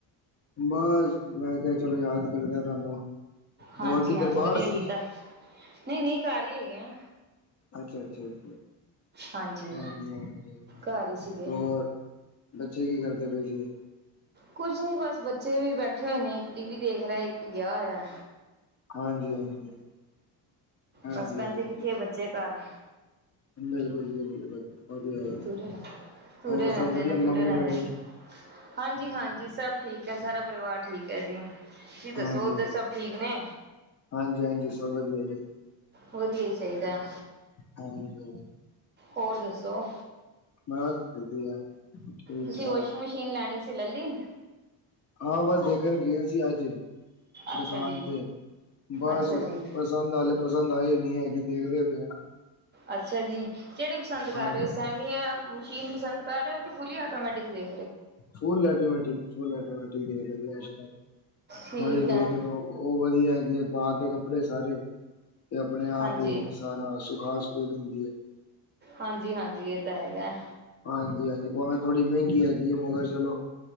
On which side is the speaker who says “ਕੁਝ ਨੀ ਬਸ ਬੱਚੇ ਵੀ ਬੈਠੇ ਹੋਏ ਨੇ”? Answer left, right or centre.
Right